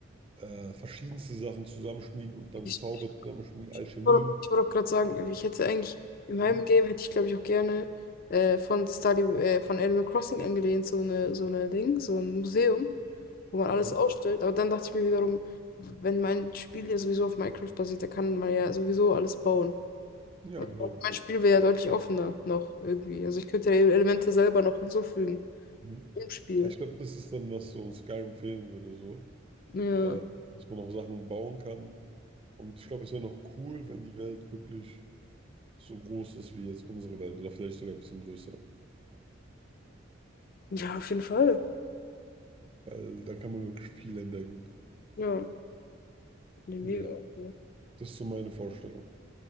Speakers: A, on the right; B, on the left.
A: äh, verschiedenste Sachen zusammenschmieden und dann
B: ich,
A: Zauber zusammenschmieden,
B: ich
A: Alchemie.
B: wollte ich wollte auch gerade sagen, ich hätte eigentlich, in meinem
A: Mhm.
B: Game hätte ich, glaube ich, auch gerne äh, von Stardew, äh, von Animal Crossing angelehnt, so eine, so eine Ding, so ein Museum, wo man alles
A: Mhm.
B: ausstellt. Aber dann dachte ich mir wiederum, wenn mein Spiel ja sowieso auf Minecraft basiert, da kann man ja sowieso alles bauen.
A: Ja,
B: Also
A: genau.
B: mein Spiel wäre ja deutlich offener noch irgendwie. Also ich könnte ja Elemente selber noch hinzufügen
A: Mhm.
B: im Spiel.
A: Ja, ich glaube, das ist dann, was so in Skyrim fehlen würde, so.
B: Ja.
A: Äh, dass man auch Sachen bauen kann. Und ich glaube, es wäre noch cool, wenn die Welt wirklich so groß ist wie jetzt unsere Welt oder vielleicht sogar ein bisschen größer.
B: Ja, auf jeden Fall.
A: Weil dann kann man wirklich viel entdecken.
B: Ja, Nee, mega.
A: Ja,
B: Also,
A: das ist so meine Vorstellung.